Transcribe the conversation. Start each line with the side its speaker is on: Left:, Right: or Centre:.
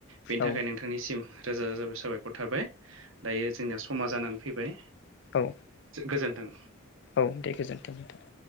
Right: बेनि
Left: औ
Right: थाखाय नोंथां नोंथांनिसिम रोजा रोजा साबायखर थाबाय दायो जोंनिया समा जानानै फैबाय
Left: औ
Right: जो गोजोन्थों।
Left: औ दे गोजोन्थों नोंथां